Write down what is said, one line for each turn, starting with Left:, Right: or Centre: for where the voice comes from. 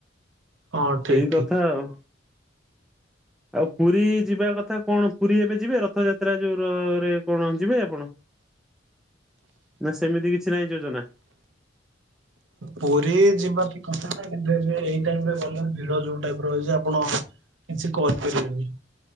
Right: ହଁ ଠିକ
Centre: ସେଇ
Right: ଠିକ
Centre: କଥା ଆଉ ଆଉ ପୁରୀ ଯିବା କଥା କଣ ପୁରୀ ଏବେ ଯିବେ ରଥଯାତ୍ରା ୍ରରେ କଣ ଯିବେ ଆପଣ ନା ସେମିତି କିଛି ନାହିଁ ଯୋଜନା।
Right: ପୁରୀ ଯିବା ଟ କଥା ନା କିନ୍ତୁ ଏଇ ଟାଇପ ରେ ଗଲେ ଭିଡ ଯୋଉ ଟାଇପ ରଛି। ଆପଣ କିଛି କରିପାରିବେନି।